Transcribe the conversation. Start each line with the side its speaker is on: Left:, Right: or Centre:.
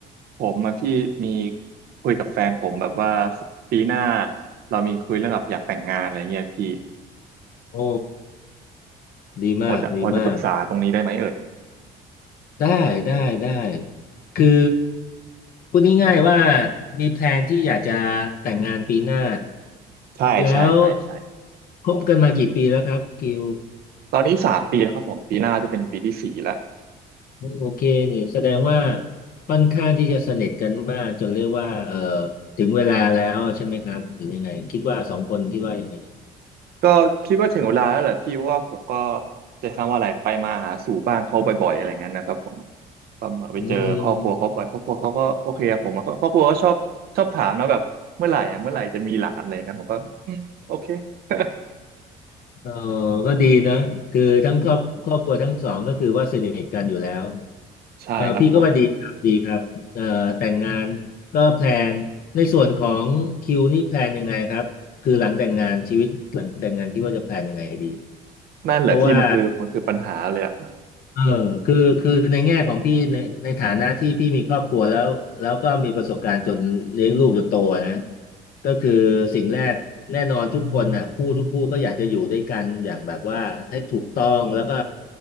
Right: ผมอะพี่มีคุยกับแฟนผมแบบว่าปีหน้าเรามีคุยเรื่องแบบอยากแต่งงานอะไรเงี้ยพี่
Left: โอ้ดีมากดีมาก
Right: พอจะพอจะปรึกษาตรงนี้ได้ไหมเอ่ย
Left: ได้ได้ได้คือพูดง่ายๆว่ามีแพลนที่อยากจะแต่งงานปีหน้า
Right: ใช่ใช่ใช่ใช่
Left: แล้วคบกันมากี่ปีแล้วครับคิว
Right: ตอนนี้สามปีแล้วครับผมปีหน้าจะเป็นปีที่สี่แล้ว
Left: โอเคนี่แสดงว่าค่อนข้างที่จะสนิทกันมากจนเรียกว่าเออถึงเวลาแล้วใช่ไหมครับหรือยังไงคิดว่าสองคนคิดว่ายังไง
Right: ก็คิดว่าถึงเวลาแล้วแหละพี่เพราะว่าผมก็จะคำว่าอะไรไปมาหาสู่บ้านเขาบ่อยๆอะไรเงี้ยนะครับผมก็มาไปเจอครอบครัวเขาบ่อยครอบครัวเขาก็โอเคกับผมอะครอบครัวก็ชอบชอบถามนะแบบเมื่อไหร่อ่ะเมื่อไหร่จะมีหลานอะไรเงี้ยผมก็อืมโอเค
Left: อืม
Right: <laughs>
Left: เออก็ดีนะคือทั้งครอบครอบครัวทั้งสองก็คือว่าสนิทกันอยู่แล้ว
Right: ใช่ครับผม
Left: เออพี่ก็ว่าดีครับดีครับเออแต่งงานก็แพลนในส่วนของคิวนี่แพลนยังไงครับคือหลังแต่งงานชีวิตหลังแต่งงานที่ว่าจะแพลนยังไงดี
Right: นั่นแหละพี่มันคือมันคือปัญหาเลยอ่ะ
Left: เพราะว่า เออคือคือในแง่ของพี่ในในฐานะที่พี่มีครอบครัวแล้วแล้วก็มีประสบการณ์จนเลี้ยงลูกจนโตนะก็คือสิ่งแรกแน่นอนทุกคนน่ะคู่ทุกคู่ก็อยากจะอยู่ด้วยกันอย่างแบบว่าให้ถูกต้องแล้วก็